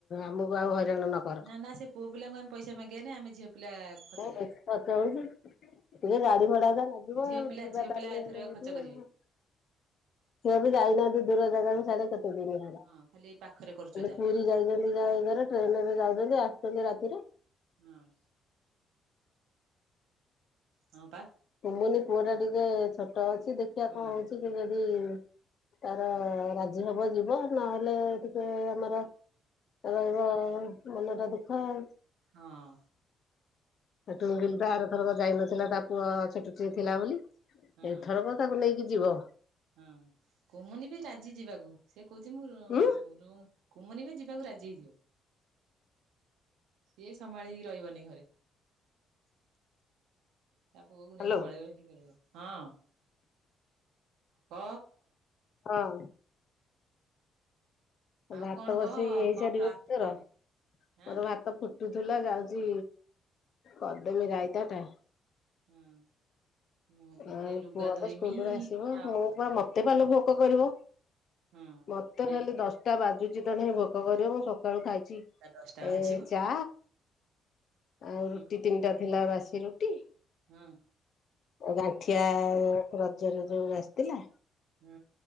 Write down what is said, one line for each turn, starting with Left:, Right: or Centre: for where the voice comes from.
Left: ଆମକୁ ଆଉ ହଇରାଣ ନ କର
Right: ନା ନା ସେ ପୁଅ ପିଲାଙ୍କୁ ଆମେ ପଇସା ମାଗିବାନି ଆମେ ଝିଅ ପିଲା
Left: <inaudible>
Right: ଖର୍ଚ୍ଚ କରିବା।
Left: ଇଏ ଗାଡି ଭଡା ଯା ଲାଗିବ
Right: ଝିଅ
Left: ଆଉ,
Right: ପିଲା
Left: ଯିବା
Right: ଝିଅ
Left: ତାରିଣୀ
Right: ପିଲା ଏଥରକ
Left: <unintelligible>
Right: ଖର୍ଚ୍ଚ
Left: ଟିକେ
Right: କରିବେ
Left: ଆଉ। ସିଏ ବି ଯାଇନାହାନ୍ତି ଦୂର ଜାଗା ବି ସାଡେ କେତେ ଦିନ୍ ହେଲାଣି।
Right: ହଁ ଖାଲି ଏଇ ପାଖରେ କରୁଚ
Left: ଖାଲି
Right: ଯା
Left: ପୁରୀ ଯାଇଚନ୍ତି <unintelligible> ଟ୍ରେନେ ରେ ଯାଉଚନ୍ତି ଆସଚନ୍ତି ରାତି ରେ।
Right: ହଁ। ହଁ ପା।
Left: କୁମୁନି ପୁଅ ଟା ଟିକେ ଛୋଟ ଅଛି ଦେଖିବା
Right: ହଁ
Left: କଣ ହଉଚି କି ଯଦି ତାର ରାଜି ହବ ଯିବ ନହେଲେ ଟିକେ ଆମର ରହିବ ମନ ଟା ଦୁଃଖ ଆଉ।
Right: ହଁ।
Left: ଟୁଙ୍ଗିଲ ପା ଆରଥରକ ଯାଇନଥିଲା ତା ପୁଅ ଛୋଟୁଟିଏ ଥିଲା ବୋଲି
Right: ହଁ
Left: ଏଥରକ ତାକୁ ନେଇକି ଯିବ।
Right: ହଁ କମୁନି ବି ରାଜି ଯିବାକୁ। ସେ କହୁଛି ମୁଁ-
Left: ଉଁ
Right: କୁମୁନୀ ବି ଯିବାକୁ ରାଜି ହେଇଯିବ। ସିଏ ସମ୍ଭାଳି ହେଇକି ରହିବନି ଘରେ।
Left: <inaudible>
Right: ତା ପୁଅକୁ
Left: ହ୍ୟାଲୋ।
Right: ନେଇକି ପଳେଇବ ସେଠି ଖେଳେଇବ ହଁ। ଅ
Left: ହଁ।
Right: ଆଉ
Left: ଭାତ
Right: କଣ
Left: ବସେଇ
Right: କହ
Left: ହେଇ
Right: କଣ
Left: ସାରିବ
Right: ପ୍ଲାନ୍
Left: ତର
Right: ଆଁ
Left: ମୋର ଭାତ୍ ତ ଫୁଟୁଥିଲା ଯାଉଚି କର୍ଦେମି ରାଇତା ଟା
Right: ହଁ ମୁଁ ବି
Left: ଆଉ
Right: ସେ ଲୁଗା
Left: ପୁଅ
Right: ଧୋଇମି
Left: ତ ସ୍କୁଲରୁ ଆସିବ
Right: ଆଉ
Left: ମୁଁ ମତେ ପାଲୋ ଭୋକ କରିବ
Right: ହଁ
Left: ମତେ
Right: ଡେରି
Left: ଖାଲି ଦଶ ଟା ବାଜୁଚି ତ ନାହିଁ ଭୋକ କରିବ ମୁଁ ସକାଳୁ ଖାଇଚି
Right: ଟା ଦଶଟା ବାଜିବ।
Left: ଏ ଚା ଆଉ
Right: ହୁଁ
Left: ରୁଟି ତିନିଟା ଥିଲା ବାସି ରୁଟି
Right: ହୁଁ।
Left: ଆ ଗାଠିଆ ରଜରେ ଯୋଉ ଆସିଥିଲା
Right: ହୁଁ।